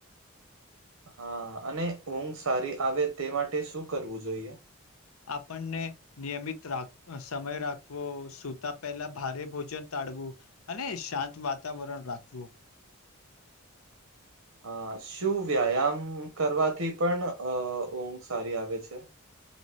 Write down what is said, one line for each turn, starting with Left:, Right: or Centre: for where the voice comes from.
Right: હા અને ઊંઘ સારી આવે તે માટે શું કરવું જોઈએ?
Left: આપણને નિયમિત રાખ સમય રાખવો સુતા પહેલા ભારે ભોજન તાડવું અને શાંત વાતાવરણ રાખવું.
Right: હા શું વ્યાયામ કરવાથી પણ અહ ઊંઘ સારી આવે છે?